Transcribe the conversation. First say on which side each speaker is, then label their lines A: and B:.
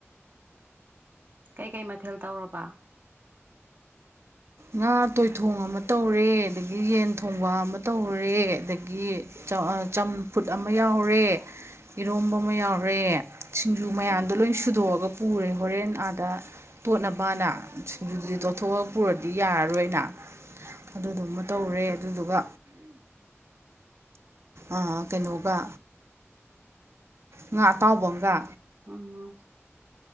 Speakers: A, on the right; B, on the right.
A: ꯀꯩ ꯀꯩ ꯃꯊꯦꯜ ꯇꯧꯔꯕ
B: ꯉꯥ ꯇꯣꯏꯊꯣꯡ ꯑꯃ ꯇꯧꯔꯦ ꯑꯗꯒꯤ ꯌꯦꯟ ꯊꯣꯡꯕ ꯑꯃ ꯇꯧꯔꯦ ꯑꯗꯒꯤ ꯆ ꯑ ꯆꯝꯐꯨꯠ ꯑꯃ ꯌꯥꯎꯔꯦ ꯏꯔꯣꯝꯕ ꯑꯃ ꯌꯥꯎꯔꯦ ꯁꯤꯡꯖꯨ ꯃꯌꯥꯝꯗꯣ ꯂꯣꯏ ꯁꯨꯗꯣꯛꯑꯒ ꯄꯨꯔꯦ ꯍꯣꯔꯦꯟ ꯑꯥꯗ ꯇꯣꯠꯅꯕꯑꯅ ꯁꯤꯡꯖꯨꯗꯨꯗꯤ
A: ꯑꯣ
B: ꯇꯣꯠꯊꯣꯛꯑꯒ ꯄꯨꯔ ꯗꯤ ꯌꯥꯔꯔꯣꯏꯅ ꯑꯗꯨꯗꯨꯃ ꯇꯧꯔꯦ ꯑꯗꯨꯗꯨꯒ ꯑ ꯀꯩꯅꯣꯒ ꯉꯥ ꯑꯇꯥꯎꯕ ꯑꯝꯒ
A: ꯎꯝ